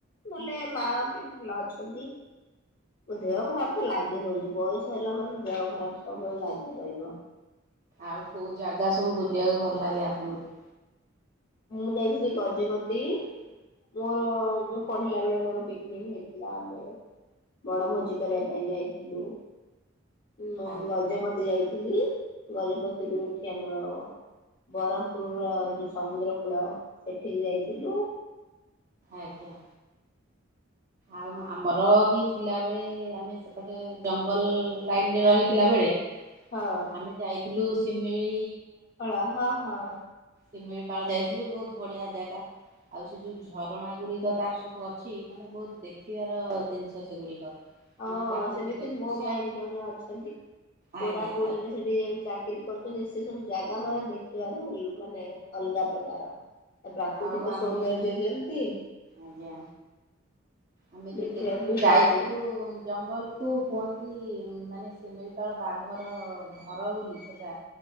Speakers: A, on the left; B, on the right.
A: ନହେଲେ ମା ବି ଭଲ ଅଛନ୍ତି। ଦେହ ଖରାପ ତ ଲାଗି ରହୁଛି ବୟସ ହେଲା ମାନେ ଦେହ ଖରାପ ସବୁବେଳେ ଲାଗି ରହିବ।
B: ଆଉ କୋଉ ଜାଗା ସବୁ ବୁଲିବାକୁ ଭଲ ଲାଗେ ଆପଣଙ୍କୁ।
A: ମୁଁ ଯାଇଥିଲି ଗଜପତି ମୋର ମୁଁ। ପଢିଲା ବେଳେ ମୋର ପିକନିକ ହେଇଥିଲା ଆମେ ବଣଭୋଜି କରିବା ପାଇଁ ଯାଇ ଥିଲୁ ଉଁ
B: ଆଜ୍ଞା
A: ଗଜପତି ଯାଇଥି ଥିଲି ଗଜପତି ରୁ ଏଠି ଆମର ବରମପୁର ର ଯୋଉ ସମୁଦ୍ର କୂଳ ସେଠିକି ଯାଇଥିଲୁ।
B: ଆଜ୍ଞା। ଆଉ ଆମର ବି ଥିଲାବେଳେ ଆମେ ସେପଟେ ଜଙ୍ଗଲ ଲାଇନ ରେ ରହିଥିଲା ବେଳେ। ଁ <inaudible>
A: ହଁ।
B: ଆମେ ଯାଇଥିଲୁ ଶିମିଳି।
A: ପାଳ ହଁ ହଁ।
B: ଶିମିଳିପାଳ ଯାଇଥିଲୁ ବହୁତ ବଢିଆ ଜାଗା ଆଉ ସେ ଯୋଉ ଝରଣା ଗୁଡିକ ତାର ସବୁ ଅଛି ମାନ ନେ ବହୁତ ଦେଖିବାର ଜିନିଷ ସେଗୁଡିକ।
A: ହଁ
B: ମାନେ ପ୍ରାକୃତିକ
A: ସେମିତି
B: ଦୃଶ୍ୟ
A: ମୋ ଭାଇ ବି ଜଣେ ଅଛନ୍ତି
B: ଆଜ୍ଞା
A: କୋରାପୁଟରେ
B: ଆଉ
A: ସେଠି ଯେମ ଚାକି ଚାକିରି କରୁଛନ୍ତି ସେ ସବୁ ଜାଗା ମାନେ ଦେଖିବାର ମାନେ ଅଲଗା ପ୍ରକାର। ତା ପ୍ରାକୃତିକ
B: ଆଉ ଆମେ
A: ସୌନ୍ଦର୍ଯ୍ୟ ଯେମିତି।
B: ଆଜ୍ଞା। ଆମେ ଯୋଉ
A: ଦେଖିବାକୁ
B: ଦେଖିଲୁ
A: ବି
B: ଯାଇଥିଲୁ।
A: ସେମିତି
B: ଜଙ୍ଗଲକୁ କୁହନ୍ତି ମାନେ ସିମିଳିପାଳ ବାଘର ଘର ବୋଲି ସେଟା।